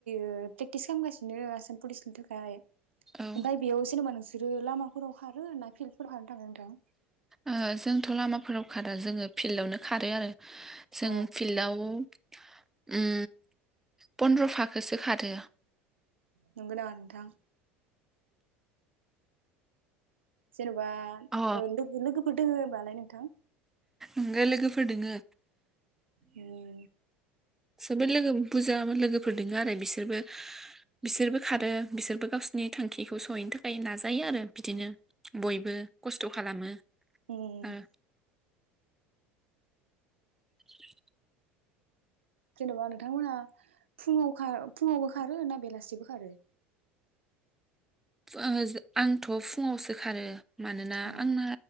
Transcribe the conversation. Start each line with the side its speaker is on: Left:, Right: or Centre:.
Right: ओ प्रेक्टिस खामगासिनो आसाम पुलिसनि थाखाय। ओमफ्राय
Centre: औ
Right: बेयाव जेनबा नोंसो रो लामाफोराव खारो ना फिल्दफोराव खारनो थाङो नोंथां?
Centre: ओ जोंथ' लामाफोराव खारा जोङो फिल्डआवनो खारो आरो। जों
Right: अ
Centre: फिल्डआव उम पन्द्र' फाखोरसो खारो।
Right: नोंगौना नोथां? जेनबा
Centre: अ
Right: ओ लोगो-लोगोफोर दोङो बालाय नोंथां?
Centre: आंगो लोगोफोर दोङो।
Right: उम।
Centre: ओमफ्राय लोगो बुजा लोगोफोर दोङो आरो बिसोरबो बिसोरबो खारो। बिसोरबो गावसिनि थांखिखौ सहैनो थाखाय नाजायो आरो बिदिनो बयबो खस्थ खालामो
Right: उम
Centre: ओ। <inaudible>
Right: जेनबा नोंथांमोनहा फुङाव खा फुङावबो खारो ना बेलासिबो खारो?
Centre: आङो आंथ' फुङावसो खारो। मानोना
Right: अ
Centre: आंना